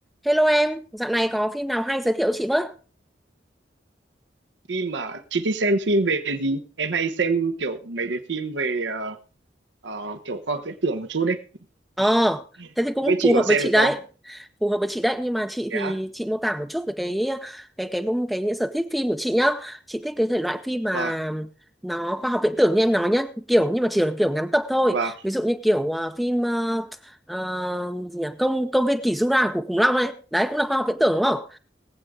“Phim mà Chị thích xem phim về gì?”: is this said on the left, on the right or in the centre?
Right